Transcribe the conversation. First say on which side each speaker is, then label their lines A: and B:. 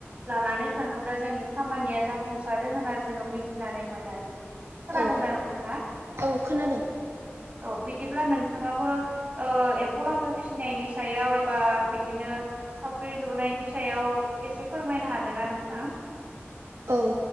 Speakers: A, on the right; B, on the right.
A: लानानै थांङोब्ला जोंनि खामानिया जाफुंसारो होनना जोंङो मिथिनानै मोनो। खोनादोंना
B: औ
A: नोंथांङा?
B: औ खोनादों
A: औ बिदिब्ला नोंथांङाबो ओ एम्फौ लाथा फिसिनायनि सायाव एबा बिदिनो थावख्रि लुनायनि सायाव एसे फोरमायनो हागोन ना नोंथां?
B: औव